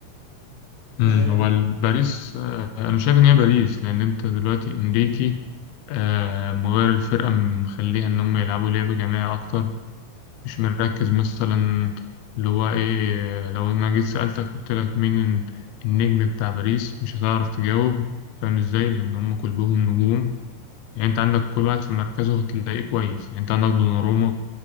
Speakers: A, on the right; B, on the left.
A: انت
B: امم
A: شايف
B: هو
A: ايه؟
B: ال- باريس آه، انا شايف ان هي باريس لان انت دلوقتي انريكي آه، مغير الفرقه مخليها ان هم يلعبوا لعب جماعي اكتر مش مركز مثلا اللي هو ايه آه، لو انا جيت سالتك قلت لك مين النجم بتاع باريس مش هتعرف تجاوب فاهم ازاي لان هم كلهم نجوم يعني انت عندك كل واحد في مركزه هتلاقيه كويس يعني انت عندك دوناروما